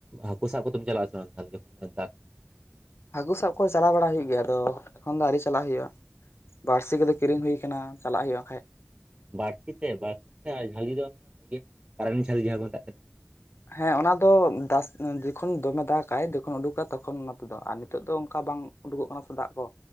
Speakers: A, on the right (about 25°); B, on the left (about 60°).
A: ᱦᱟᱹᱠᱩ ᱥᱟᱵ ᱠᱚᱛᱮᱚᱢ ᱪᱟᱞᱟᱜ ᱟᱥᱮ ᱵᱟᱝ ᱡᱚᱠᱷᱚᱱ ᱫᱟᱜᱽ
B: ᱦᱟᱠᱩ ᱥᱟᱵ ᱠᱚ ᱪᱟᱞᱟᱣ ᱵᱟᱲᱟ ᱦᱩᱭᱩᱜ ᱜᱮᱭᱟ ᱟᱫᱚ ᱮᱠᱷᱚᱱ ᱫᱚ ᱟᱹᱣᱨᱤ ᱪᱟᱞᱟᱜ ᱦᱩᱭᱩᱜᱭᱼᱟ ᱵᱟᱺᱲᱥᱤ ᱠᱚᱫᱚ ᱠᱤᱨᱤᱸᱜ ᱦᱩᱭ ᱟ. ᱠᱟᱱᱟ ᱪᱟᱞᱟᱹ ᱦᱩᱭᱩᱜᱼᱟ ᱟᱠᱷᱟᱭ
A: ᱵᱟᱹᱲᱥᱤ ᱛᱮ ᱵᱟᱹᱲᱛᱤ ᱛᱮ ᱡᱷᱟᱹᱞᱤ ᱫᱚ ᱚᱱᱠᱟ ᱠᱟᱨᱮᱱ ᱡᱷᱟᱹᱞᱤ ᱡᱟᱦᱟᱸ ᱠᱚ ᱢᱮᱛᱟᱜ ᱠᱟᱱᱟ
B: ᱦᱮᱸ ᱚᱱᱟ ᱫᱚ ᱡᱚᱠᱷᱚᱱ ᱫᱚᱢᱮ ᱫᱟᱜᱟᱭ ᱡᱚᱠᱷᱚᱱ ᱩᱰᱩᱠᱟ ᱛᱚᱠᱷᱚᱱ ᱚᱱᱟ ᱛᱮᱫᱚ ᱟᱨ ᱱᱤᱛᱚᱜ ᱫᱚ ᱚᱱᱠᱟ ᱵᱟᱝ ᱩᱰᱩᱠᱚᱜ ᱠᱟᱱᱟ ᱥᱮ ᱫᱟᱜ ᱠᱚ᱾